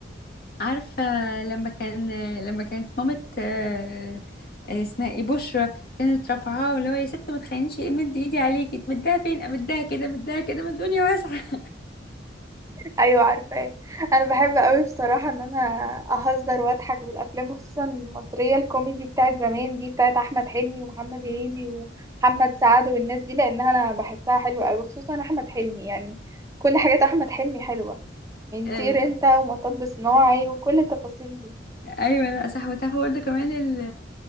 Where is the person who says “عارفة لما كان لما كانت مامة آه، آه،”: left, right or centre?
Left